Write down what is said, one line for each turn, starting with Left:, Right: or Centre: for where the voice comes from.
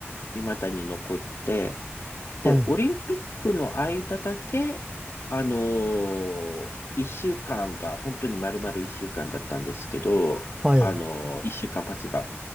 Left: 未だに残って、で、
Right: はい。
Left: オリンピックの間だけ、あのー、一週間が、本当に丸々一週間だったんですけど、
Right: はい。
Left: あのー、一週間パスが。